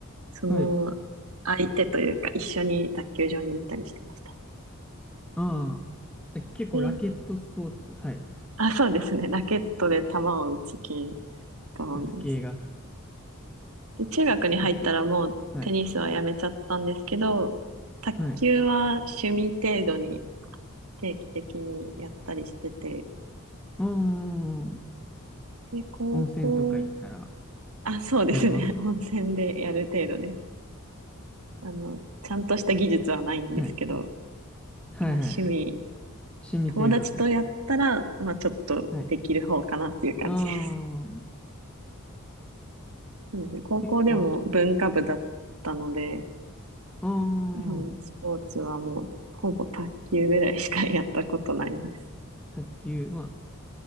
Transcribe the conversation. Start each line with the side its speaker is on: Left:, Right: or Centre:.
Right: その相手というか一緒に卓球場に行ったりしてました。
Centre: はい。ああ。じゃあ結構ラケットスポーツ。
Right: で
Centre: はい。
Right: あ、そうですね。ラケットで球を打つ系が多いです。
Centre: 打つ系が好
Right: で、中学に入ったらもうテニスはやめちゃったんですけど、
Centre: きって。はい。
Right: 卓球は趣味程度に
Centre: はい。
Right: 定期的にやったりしてて、
Centre: ああ、
Right: で、高校、
Centre: 温泉とか行ったら
Right: あ、そうですね。
Centre: やります。
Right: <laughs> 温泉でやる程度です。あの、ちゃんとした技術はないんですけど、
Centre: はい。はいはい。
Right: まあ趣味、
Centre: 趣味程度で。
Right: 友達とやったら、まあちょっとできる方かなっていう感じです。
Centre: はい。ああ、
Right: <laughs> そうですね。高校でも文化部だったので、
Centre: で、こう、あ
Right: そのスポーツはもうほぼ卓球ぐらいしかやったことないです。
Centre: あ、卓球。まあ、